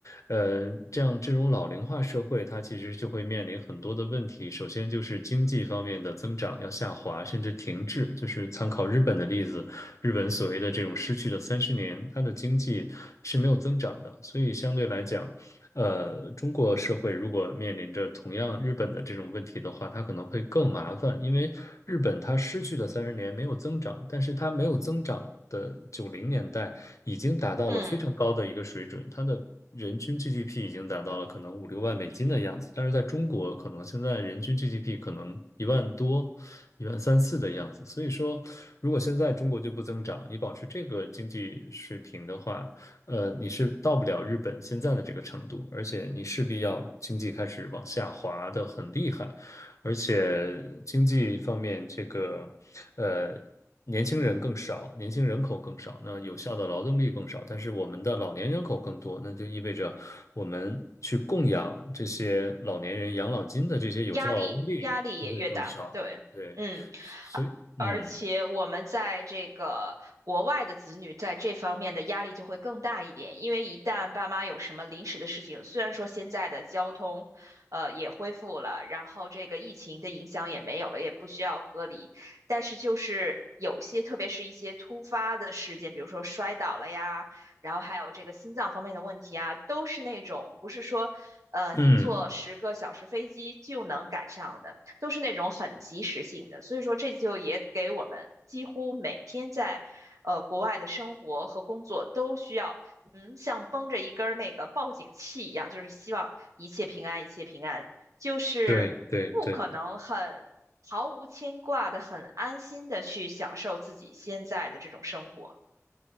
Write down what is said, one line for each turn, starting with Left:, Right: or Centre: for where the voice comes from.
Left: 呃，这样这种老龄化社会，它其实就会面临很多的问题。首先就是经济方面的增长要下滑，甚至停滞。就是参考日本的例子，日本所谓的这种失去的三十年，它的经济是没有增长的，所以相对来讲，呃，中国社会如果面临着同样日本的这种问题的话，它可能会更麻烦，因为日本它失去的三十年没有增长，但是它没有增长的九零年代已经达到了非常高的一个水准，
Right: 嗯。
Left: 它的人均 GDP 已经达到了可能五六万美金的样子，但是在中国可能现在人均 GDP 可能一万多、一万三四的样子，所以说如果现在中国就不增长，你保持这个经济水平的话。呃，你是到不了日本现在的这个程度，而且你势必要经济开始往下滑的很厉害，而且经济方面这个，呃，年轻人更少，年轻人口更少，那有效的劳动力更少，但是我们的老年人口更多，那就意味着我们去供养这些老年人养老金的这些有效劳动力就会更少，
Right: 压力压力也越大，对，
Left: 对，
Right: 嗯，
Left: 所以，
Right: 啊而且我们在这个国外的子女在这方面的压力就会更大一点，
Left: 嗯
Right: 因为一旦爸妈有什么临时的事情，虽然说现在的交通，呃，也恢复了，然后这个疫情的影响也没有了，也不需要隔离，但是就是有些，特别是一些突发的事件，比如说摔倒了呀。然后还有这个心脏方面的问题啊，都是那种不是说呃，你坐十个小时飞机就能赶上的，
Left: 嗯，
Right: 都是那种很及时性的。所以说，这就也给我们几乎每天在呃国外的生活和工作都需要，嗯，像绷着一根儿那个报警器一样，就是希望一切平安，一切平安，就是不可能很毫无牵挂的、
Left: 对对对。
Right: 很安心的去享受自己现在的这种生活。